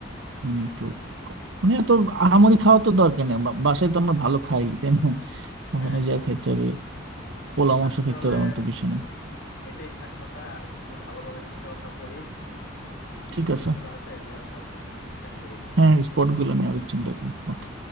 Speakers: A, on the right; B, on the left.
A: মানে একটু ক- মানে এত আহামরি খাওয়া তো দরকার নেই বা- বাসায় তো আমরা ভালো খাই তাই না ওখানে
B: হ্যাঁ হ্যাঁ
A: যা খাইতে হবে পোলা মাংস
B: আচ্ছা তাহলে
A: খাইতে হবে এমন তো বিষয় নেই
B: এটাই থাক কথা আর একটু ভালোভাবে চিন্তা ভাবনা করি কি
A: ঠিক
B: স্কুল
A: আছে
B: গুলো আছে এগুলা সব ঠিক করি
A: হ্যাঁ স্পট গুলো নিয়ে আরো চিন্তা করি ওকে